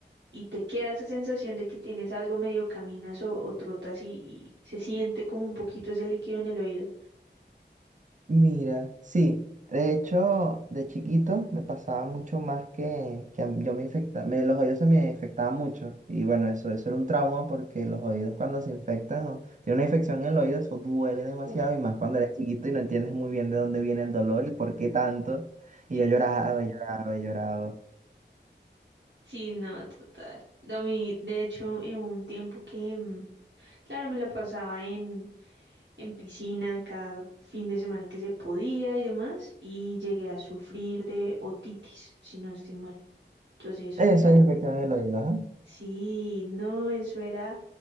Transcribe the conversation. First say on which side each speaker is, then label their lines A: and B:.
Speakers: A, on the right; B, on the right.
A: y te queda esa sensación de que tienes algo medio caminas o, o trotas y, y se siente como un poquito ese líquido en el oído.
B: Mira, sí, de hecho, de chiquito me pasaba mucho más que, que a mí- yo me infectaba, me, los oídos se me infectaban mucho y bueno, eso, eso era un trauma porque los oídos cuando se infectan, o tiene una infección en el oído, eso duele demasiado
A: Uf,
B: y más cuando eres chiquito y no entiendes muy bien de dónde viene el dolor y por qué tanto. Y
A: sí,
B: yo lloraba,
A: es cierto.
B: y lloraba, y lloraba.
A: Sí, no, total. A mí, de hecho, en un tiempo que, mm, claro, me lo pasaba en en piscina cada fin de semana que se podía y demás, y llegué a sufrir de otitis, si no estoy mal. Entonces eso
B: Eso
A: era,
B: es infección en el oído, ajá.
A: sí, no, eso era